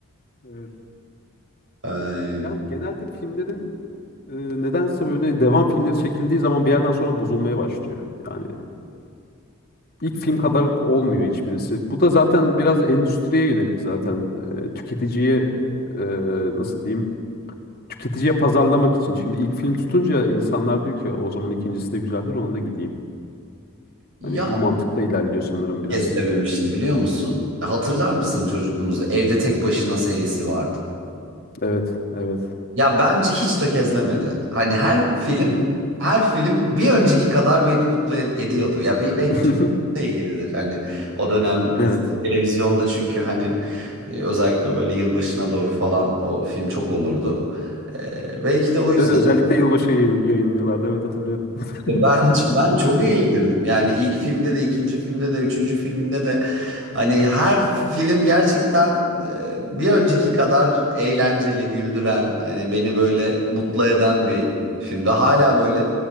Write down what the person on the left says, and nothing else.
Evet.
Yani genelde filmlerin e, nedense böyle devam filmleri çekildiği zaman bir yerden sonra bozulmaya başlıyor. Yani. İlk film kadar olmuyor hiçbirisi. Bu da zaten biraz endüstriye yönelik zaten e, tüketiciye e, nasıl diyeyim? Tüketiciye pazarlamak için. Şimdi ilk film tutunca insanlar diyor ki o zaman ikincisi de güzeldir ona da gideyim.
Hani bu mantıkta ilerliyor sanırım biraz.
Evet, evet.
Hı hı.
<laughs>
Evet.
Evet, özellikle yılbaşı yayın, yayınlıyorlardı. Evet hatırlıyorum. <laughs>
Evet.